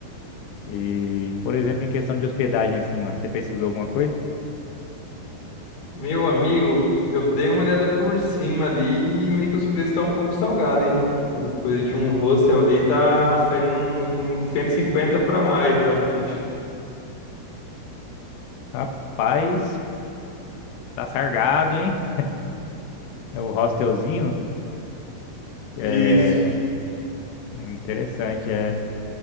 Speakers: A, on the left; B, on the left.
A: E, por exemplo, em questão de hospedagem, assim, mano, você pesquisou alguma coisa?
B: Meu amigo, eu dei uma olhada por cima ali e meio que os preços estão um pouco salgados, hein? Tipo, coisa de um hostel ali tá saindo de um 150 pra mais à noite.
A: Rapaz, tá sargado, hein? É o hostelzinho. É
B: Isso.
A: interessante, é.